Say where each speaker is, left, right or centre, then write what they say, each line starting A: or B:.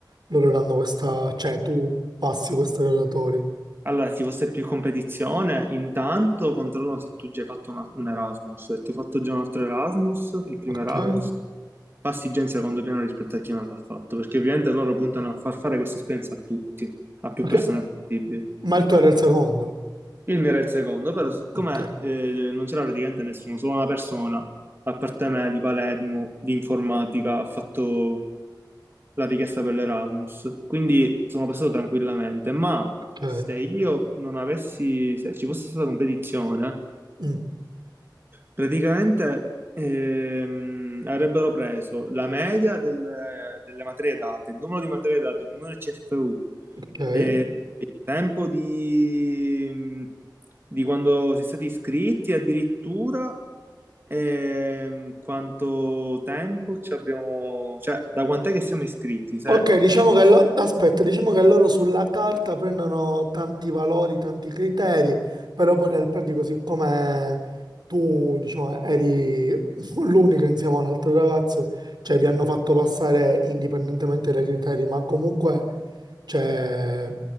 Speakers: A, on the right; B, on the right.
A: loro danno questa, cioè tu passi questa graduatoria.
B: Allora, se ci fosse più competizione, intanto controllano se tu già hai fatto una- un Erasmus. Se tu hai fatto già un altro Erasmus, il primo
A: Ok.
B: Erasmus, Pastigenza quando piano rispetto a chi non l'ha fatto, perché ovviamente loro puntano a far fare questa esperienza a tutti, a più
A: Ok.
B: persone possibili.
A: Ma il tuo era il secondo.
B: Il mio era il secondo, però siccome
A: Ok,
B: eh, non c'era praticamente nessuno, solo una persona, a parte me, di Palermo, di informatica, ha fatto la richiesta per l'Erasmus, quindi sono passato tranquillamente, ma
A: ok,
B: se io non avessi, se ci fosse stata competizione,
A: Mm,
B: Praticamente ehm, avrebbero preso la media delle, delle materie date, il numero di materie date, il numero di CFU,
A: ok.
B: eh, il tempo di, di quando si è stati iscritti, addirittura ehm, quanto tempo ci abbiamo, cioè da quant'è che siamo iscritti? Se-
A: Ok, diciamo che, lo- aspetta, diciamo che loro sulla carta prendono tanti valori, tanti criteri, però poi nel pratico, siccome tu, diciamo, eri <laughs> l'unico insieme all'altro ragazzo, cioè vi hanno fatto passare indipendentemente dai criteri, ma comunque, cioè,